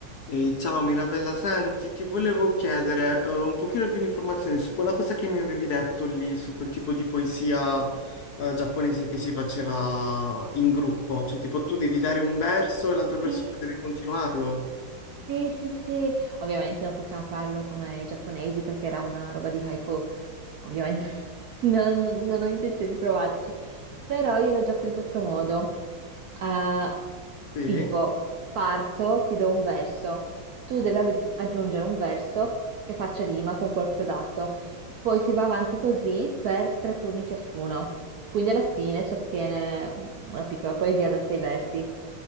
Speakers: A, on the left (about 65°); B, on the right (about 65°).
A: Ehi, ciao Mirabella, senti, ti volevo chiedere eh, un pochino più di informazioni su quella cosa che mi avevi detto lì, su quel tipo di poesia eh, giapponese che si faceva in gruppo, cioè tipo tu devi dare un verso e l'altra persona
B: Sì,
A: deve continuarlo.
B: sì, sì, sì. Ovviamente non possiamo farlo come i giapponesi perché era una roba di haiku. Ovviamente non, non ho intenzione di provarci, però io lo gioco in questo modo. Ah,
A: Sì?
B: tipo, parto, ti do un verso, tu devi aggi- aggiungere un verso che faccia rima con quello che ti ho dato, poi si va avanti così per tre turni ciascuno, quindi alla fine si ottiene una piccola poesia da sei versi.